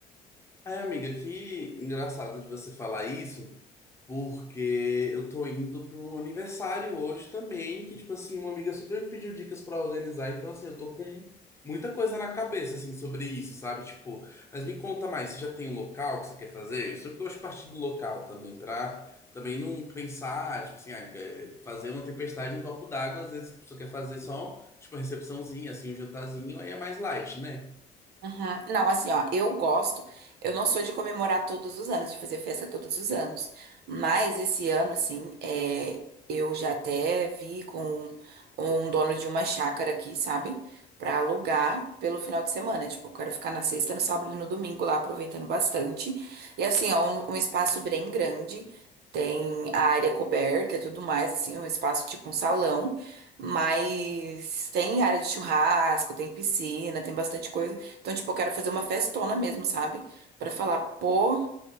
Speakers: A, on the left (about 15°); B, on the right (about 70°).
A: Ai, amiga, que engraçado de você falar isso, porque eu tô indo pro aniversário hoje também, que, tipo assim, uma amiga super me pediu dicas pra organizar, então, assim, eu tô com muita coisa na cabeça, assim, sobre isso, sabe? Tipo, mas me conta mais, você já tem um local que você quer fazer? Eu sempre gosto de partir do local também, pra também não pensar, tipo assim, ah, é, fazer uma tempestade em um copo d'água, às vezes a pessoa quer fazer só, tipo, uma recepçãozinha, assim, um jantarzinho, aí é mais light, né?
B: Aham. Não, assim, ó, eu gosto. Eu não sou de comemorar todos os anos, de fazer festa todos os anos. Mas esse ano, assim, é, eu já até vi com um dono de uma chácara aqui, sabe? Pra alugar pelo final de semana. Tipo, eu quero ficar na sexta, no sábado e no domingo lá, aproveitando bastante. E assim, ó, um, um espaço bem grande. Tem a área coberta e tudo mais, assim, um espaço tipo um salão. Mas tem área de churrasco, tem piscina, tem bastante coisa então, tipo, eu quero fazer uma festona mesmo, sabe? Pra falar, pô,